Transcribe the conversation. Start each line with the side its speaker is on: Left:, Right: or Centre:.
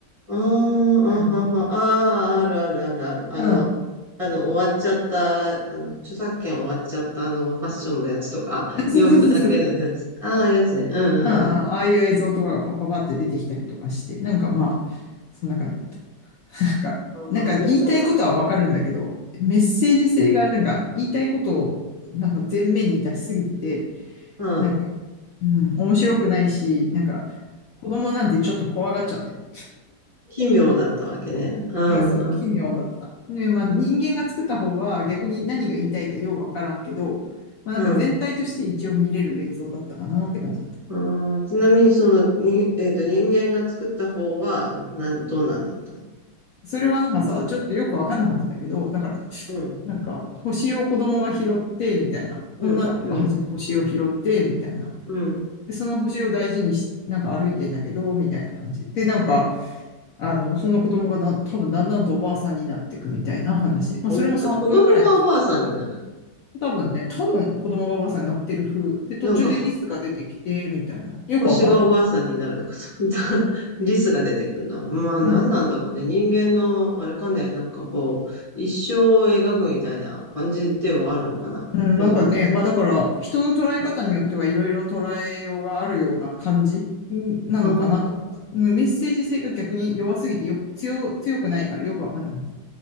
Right: ああ、
Left: うんうん。
Right: あはは、ああ、あるあるあるある。あの、
Left: うん
Right: あの、終わっちゃった、あの、著作権終わっちゃった、あの、ファッションのやつとか、
Left: <laughs> そうそうそうそう。
Right: 洋服だけのやつ。
Left: うんうん
Right: ああ、やつね。うんうんうん。
Left: ああいう映像とかがパッパパって出てきたりとかして、なんかまあ、そんな感じ、なんか、
Right: うん、
Left: なんか言いたいことはわかるんだけど、
Right: 心が、
Left: メッセージ性がなんか言いたいことをなんか前面に出しすぎてて、
Right: うん、
Left: なんか、
Right: うん。
Left: うん、面白くないし、なんか子供なんてちょっと怖がっちゃってる。
Right: 奇妙だったわけね。うん、
Left: うんそう、奇妙だった。
Right: うん、
Left: ね、まあ人間が作った方は逆に何が言いたいかようわからんけど、まあなんか全体として一応見れる映像だったかなって感じだった。
Right: うん。うんちなみに、その、に、えっと、人間が作った方は、なん、どんなんだったの
Left: それはなんかさ、ちょっとよくわかんなかったんだけど、だから、
Right: うん、
Left: なんか、星を子供が拾って、みたいな。
Right: うん、
Left: 女の子が初め星を拾って、
Right: うん、
Left: みたいな。
Right: うん。
Left: で、その星を大事にし、なんか歩いてんだけど、みたいな感じ。で、なんか、あの、その子供がだ多分だんだんとおばあさんになっていくみたいな話。まあ、
Right: お、
Left: それも3分ぐらいの。
Right: 子供がおばあさんになる。
Left: 多分ね、多分子供がおばあさんになってる風。で、途中でリスが出てきて、
Right: なんか、
Left: みたいな。よくわかん
Right: 星がおばあさんになるのかと思った。<laughs> リスが出てくんだ。まあ何なんだろうね。
Left: ない。うん。
Right: 人間の、あれかね、なんかこう、一生を描くみたいな感じではあるのかな。
Left: うん、
Right: この、
Left: なんかね、まあだから、人の捉え方によってはいろいろ捉えようがあるような感じうんなのかなと思った。
Right: うーん。
Left: うんメッセージ性が逆に弱すぎてよく、強、強くないからよくわかんなかった。